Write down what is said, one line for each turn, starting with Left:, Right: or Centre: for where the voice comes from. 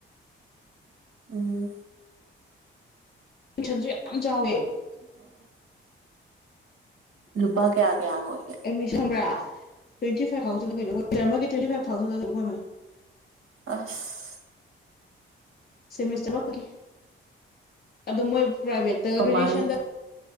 Right: ꯎꯝ
Left: ꯁꯟꯁꯨ ꯌꯥꯝ ꯆꯥꯎꯋꯦ
Right: <unintelligible> ꯂꯨꯄꯥ ꯀꯌꯥ ꯀꯌꯥ ꯑꯣꯏꯒꯦ
Left: ꯑꯦꯠꯃꯤ ꯈꯪꯕ꯭ꯔꯥ ꯇ꯭ꯋꯦꯟꯇꯤꯥꯏꯚ ꯊꯥꯎꯖꯟ ꯀꯩꯅꯣꯔꯃꯒꯤ <inaudible> ꯇ꯭ꯋꯦꯟꯇꯤ ꯐꯥꯏꯚ ꯊꯥꯎꯖꯟꯗ
Right: ꯑꯁ
Left: ꯁꯤꯦꯃꯤꯁꯇꯔ ꯑꯃ ꯈꯥꯛꯒꯤ ꯑꯗꯨ ꯃꯣꯏ ꯄ꯭ꯔꯥꯏꯚꯦꯠꯇꯒ
Right: ꯀꯃꯥꯏꯅ
Left: ꯀꯔꯦꯖꯨꯌꯦꯠꯁꯟꯗ